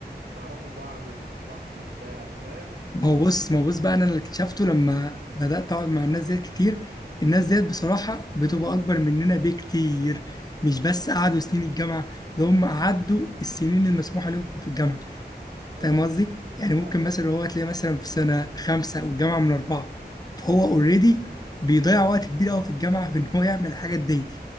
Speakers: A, on the right; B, on the left.
A: وبتعرفوا بعض وبتصاحبوا وبتاع أنت فاهم؟
B: ما هو بص ما هو بص بقى انا اللي اكتشفته لما بدات اقعد مع الناس ديت كتير الناس ديت بصراحه بتبقى اكبر مننا بكتير مش
A: م.
B: بس قعدوا سنين الجامعه ده هم قعدوا السنين المسموحه لهم في الجامعه
A: اه
B: فاهم قصدي يعني
A: لا
B: ممكن مثلا هو تلاقيه مثلا في سنه خمسه والجامعه من اربعه فهو اوريدي بيضيع وقت كبير قوي في الجامعه في ان هو يعمل الحاجات ديت